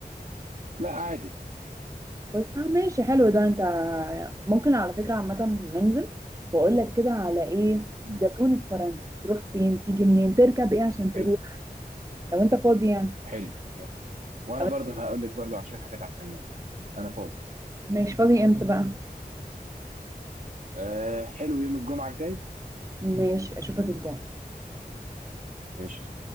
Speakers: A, on the right; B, on the right.
A: لا عادي
B: فسحة ماشي حلو ده انت ممكن على فكرة عامة ننزل واقول لك كده على ايه
A: م.
B: زتونة فرنسا تروح فين تيجي منين تركب ايه عشان تروح
A: حلو
B: لو انت فاضي يعني
A: حلو حلو وانا
B: طب انت-
A: برضو هقول لك برضو عن شويه حاجات عن المانيا انا فاضي
B: ماشي فاضي امتى بقى
A: أه حلو يوم الجمعه الجاي
B: ماشي اشوفك الجمعة
A: قشطه